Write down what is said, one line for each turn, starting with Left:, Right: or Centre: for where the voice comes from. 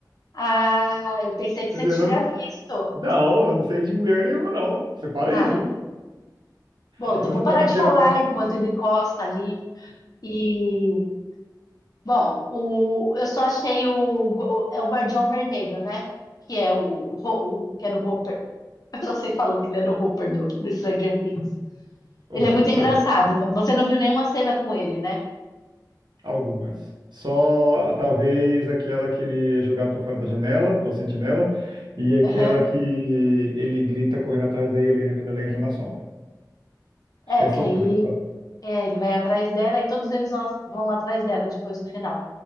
Left: Ah, eu pensei que
Right: <laughs> entendeu?
Left: você tinha
Right: não,
Left: visto.
Right: não, eu não sei de mulher nenhuma, não. Você para
Left: Ah,
Right: aí, viu?
Left: bom,
Right: Vamos
Left: então vou
Right: tentar
Left: parar
Right: manter
Left: de falar
Right: algumas.
Left: enquanto ele encosta ali. e Bom, o, eu só achei o, gu- é o Guardião Vermelho, né? Que é o, o, Ho- o- que era o Hopper. <laughs> Eu só sei falou que ele era o Hopper do, do Stranger Things.
Right: <laughs>
Left: Ele
Right: O
Left: é muito
Right: Hopper?
Left: engraçado. Você não viu nenhuma cena com ele, né?
Right: Algumas. Só talvez aquela que ele é jogado pra fora da janela, pelo sentinela, e aquela
Left: Aham.
Right: que ele grita correndo atrás da Helena quando ela entra na sombra. Acho
Left: É,
Right: que
Left: porque
Right: é essas
Left: aí
Right: duas.
Left: é, ele vai atrás dela e todos eles vão, vão atrás dela depois no final.